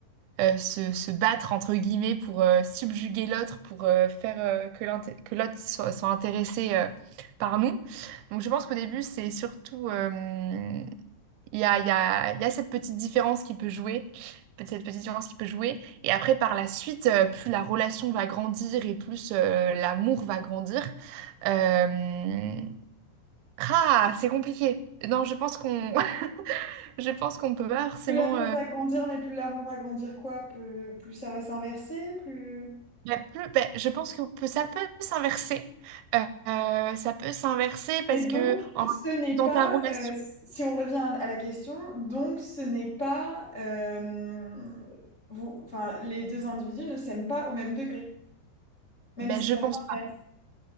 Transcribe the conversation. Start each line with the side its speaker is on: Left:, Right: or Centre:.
Right: euh, se, se battre entre guillemets pour euh, subjuguer l'autre, pour euh, faire euh, que l'inté- que l'autre soit, soit intéressé euh, par nous. Donc je pense qu'au début, c'est surtout, euh, il y a, il y a, il y a cette petite différence qui peut jouer. peut- Cette petite différence qui peut jouer. Et après, par la suite, euh, plus la relation va grandir et plus euh, l'amour va grandir. Euh, Ah, c'est compliqué. Non, je pense qu'on <laughs> je pense qu'on peut pas forcément
Left: Plus l'amour
Right: euh,
Left: va grandir, mais plus l'amour va grandir quoi? Plus, plus ça va s'inverser, plus...
Right: La plus, ben, je pense que peut- ça peut s'inverser. Euh, euh, ça peut s'inverser parce
Left: Et donc,
Right: que
Left: ce
Right: en-
Left: n'est
Right: dans
Left: pas,
Right: ta relation,
Left: euh, si on revient à la question, donc ce n'est pas, euh, vous, enfin, les deux individus ne s'aiment pas au même degré, même
Right: ben,
Left: si
Right: je
Left: ça
Right: pense
Left: s'inverse.
Right: pas.